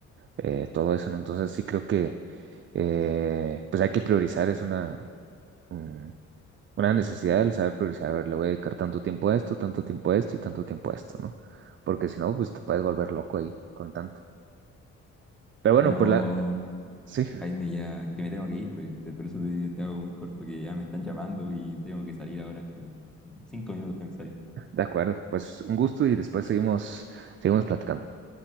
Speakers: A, on the right (about 40°); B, in the centre.
A: eh, todo eso, ¿no? Entonces sí creo que eh, pues hay que priorizar, es una, mm, una necesidad el saber priorizar, a ver, le voy a dedicar tanto tiempo a esto, tanto tiempo a esto y tanto tiempo a esto, ¿no? Porque si no, pues te puedes volver loco ahí con tanto. Pero
B: Bueno,
A: bueno, pues la, sí,
B: Jaime, ya que me tengo que ir, pues, te- por eso te, te hago muy corto, que ya me están llamando y tengo que salir ahora. En cinco minutos tengo que salir.
A: <laughs> de acuerdo, pues un gusto y después seguimos, seguimos platicando.